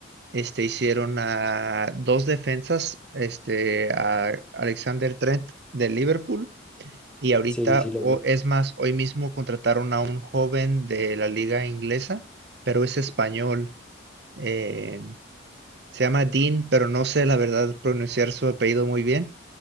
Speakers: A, on the right; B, in the centre.
A: este, hicieron a dos defensas, este, a Alexander Trent de Liverpool y ahorita,
B: Sí, sí lo
A: o,
B: vi.
A: es más, hoy mismo contrataron a un joven de la liga inglesa, pero es español, eh, se llama Dean, pero no sé la verdad pronunciar su apellido muy bien,